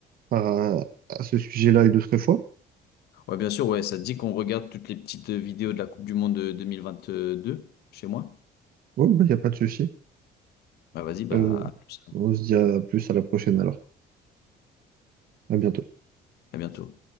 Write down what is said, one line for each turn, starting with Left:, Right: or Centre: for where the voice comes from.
Right: par, à, à ce sujet-là une autre fois.
Left: Ouais, bien sûr, ouais, ça te dit qu'on regarde toutes les petites vidéos de la Coupe du Monde de 2022 chez moi?
Right: Ouais, il n'y a pas de souci.
Left: Bah vas-y, bah
Right: Euh,
Left: à plus alors.
Right: on se dit à plus à la prochaine alors. À bientôt.
Left: À bientôt.